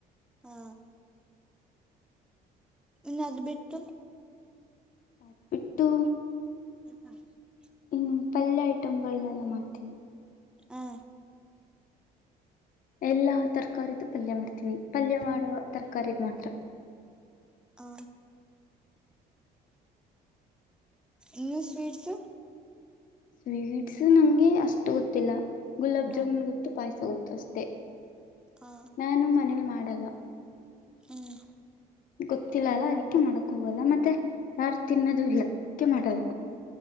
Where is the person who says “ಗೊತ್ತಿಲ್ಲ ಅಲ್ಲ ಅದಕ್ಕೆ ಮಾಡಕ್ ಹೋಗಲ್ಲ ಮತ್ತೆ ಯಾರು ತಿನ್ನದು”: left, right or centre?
Left